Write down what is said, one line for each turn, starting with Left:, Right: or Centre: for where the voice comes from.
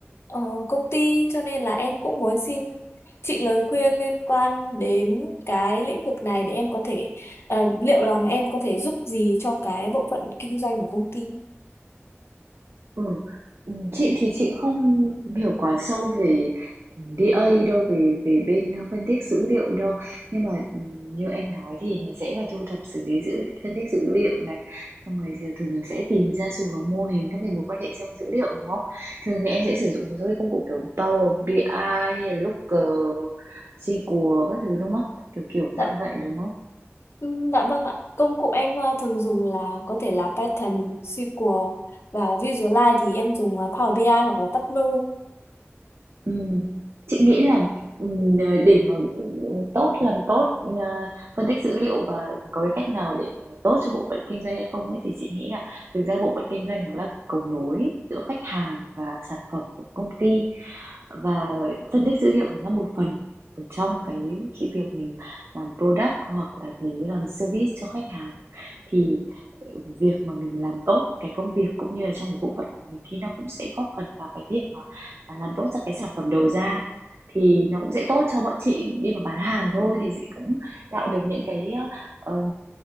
Left: ờ, công ty cho nên là em cũng muốn xin chị lời khuyên liên quan đến cái lĩnh vực này để em có thể Ờ, liệu rằng em có thể giúp gì cho cái bộ phận kinh doanh của công ty?
Right: Ừ. Ừ, Chị thì chị không hiểu quá sâu về ừ, DA đâu về về bên ờ, phân tích dữ liệu đâu nhưng mà ừ, như em nói thì nó sẽ là thu thập xử lý dữ phân tích dữ liệu này xong rồi giờ thường là sẽ tìm ra xu hướng mô hình các cái mối quan hệ trong dữ liệu đúng không thường thì em sẽ sử dụng một số cái công cụ kiểu Power BI ai hay là Looker SQL các thứ đúng không kiểu kiểu
Left: Dạ,
Right: dạng vậy đúng không
Left: ừm, dạ vâng ạ. Công cụ em ờ, thường dùng là có thể là Python, SQL và Visualize thì em dùng ờ, Power BI ai hoặc là Tableau.
Right: Ừm, chị nghĩ là, ừm, ờ, để mà, ừm, tốt làm tốt, ờ, phân tích dữ liệu và có cái cách nào để mà tốt cho bộ phận kinh doanh hay không ấy, thì chị nghĩ là thực ra bộ phận kinh doanh đó là cầu nối giữa khách hàng và sản phẩm của công ty và phân tích dữ liệu nó là một phần ở trong cái khi việc mình làm product hoặc là mình đi làm service cho khách hàng thì ờ, việc mà mình làm tốt cái công việc cũng như là trong cái bộ phận của mình thì nó cũng sẽ góp phần vào cái việc mà, mà làm tốt ra cái sản phẩm đầu ra thì nó cũng sẽ tốt cho bọn chị đi mà bán hàng thôi thì sẽ cũng tạo được những cái ờ,